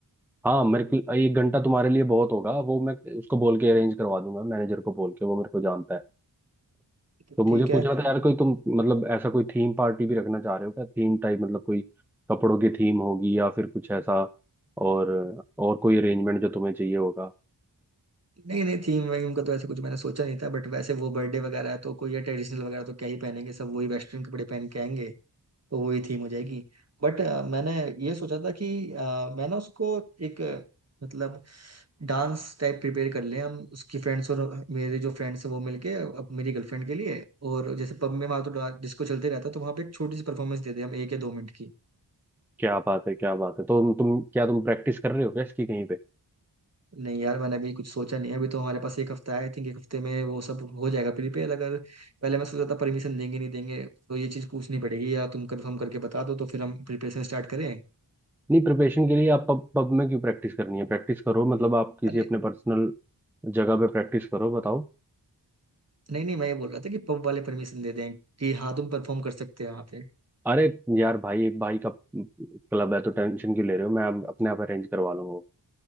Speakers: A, in the centre; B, on the right.
A: हाँ मेरे को एक घंटा तुम्हारे लिए बहुत होगा वो मैं उसको बोल के अरेंज करवा दूंगा मैनेजर को बोल के वो मेरे को जानता है
B: तो
A: तो मुझे
B: ठीक है
A: पूछ रहा था यार कोई तुम मतलब ऐसा कोई थीम पार्टी भी रखना चाह रहे हो क्या थीम टाइप मतलब कोई कपड़ों की थीम होगी या फिर कुछ ऐसा और और कोई अरेंजमेंट जो तुम्हें चाहिए होगा
B: नहीं नहीं थीम वीम का तो ऐसे कुछ मैंने सोचा नहीं था बट वैसे वो बर्थडे वगैरह है तो कोई ट्रेडिशनल वगैरह तो क्या ही पहनेंगे सब वही वेस्टर्न कपड़े पहन के आएंगे तो वही थीम हो जाएगी बट मैंने ये सोचा था कि अ, मैं ना उसको एक अ, मतलब डांस टाइप प्रिपेयर कर लें हम उसकी फ्रेंड्स और मेरे जो फ्रेंड्स हैं वो मिलके अब मेरी गर्लफ्रेंड के लिए और जैसे पब में वहाँ तो डिस्को चलते रहता है, तो वहाँ पे एक छोटी सी परफॉर्मेंस दे दें हम एक या दो मिनट की
A: क्या बात है क्या बात है तो तुम क्या तुम प्रैक्टिस कर रहे हो क्या इसकी कहीं पे
B: नहीं यार मैंने अभी कुछ सोचा नहीं है अभी तो हमारे पास एक हफ्ता है आई थिंक एक हफ्ते में वो सब हो जाएगा प्रिपेयर अगर पहले मैं सोचा था परमिशन देंगे नहीं देंगे तो ये चीज़ पूछनी पड़ेगी या तुम कंफर्म करके बता दो तो फिर हम प्रिपरेशन स्टार्ट करें
A: नहीं प्रिपरेशन के लिए आप पब पब में क्यों प्रैक्टिस करनी है प्रैक्टिस करो मतलब आप किसी
B: अरे
A: अपने पर्सनल जगह पे प्रैक्टिस करो बताओ
B: नहीं नहीं मैं ये बोल रहा था कि पब वाले परमिशन दे दें कि हाँ तुम परफॉर्म कर सकते हो वहाँ पे
A: अरे यार भाई भाई का क्लब है तो टेंशन क्यों ले रहे हो मैं अप- अपने आप अरेंज करवा लूंगा वो।